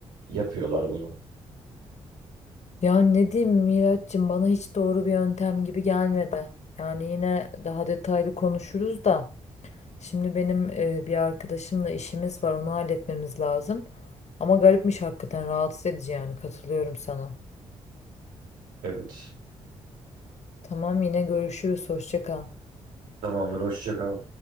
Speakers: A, on the right; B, on the left.
A: yapıyorlar bunu.
B: Ya ne diyeyim Miraç'cığım bana hiç doğru bir yöntem gibi gelmedi. Yani yine daha detaylı konuşuruz da. Şimdi benim e, bir arkadaşımla işimiz var, onu halletmemiz lazım. Ama garipmiş hakikaten rahatsız edici yani katılıyorum sana.
A: Evet.
B: Tamam yine görüşürüz, hoşça kal.
A: Tamamdır. Hoşça kal.